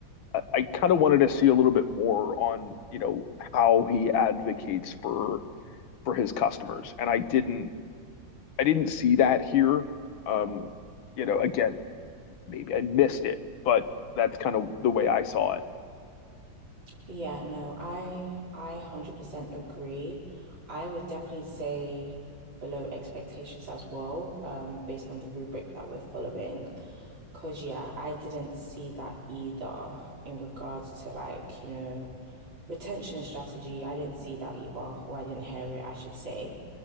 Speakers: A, on the left; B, on the right.
A: I, I kind of wanted to see a little bit more on, you know, how he advocates for for his customers. And I didn't I didn't see that here. Um, you know, again, maybe I missed it, but that's kind of the way I saw it.
B: Yeah, no, I I 100% agree. I would definitely say below expectations as well, um, based on the rubric that we're following. Because, yeah, I didn't see that either in regards to like, you know, retention strategy. I didn't see that either, or I didn't hear it, I should say.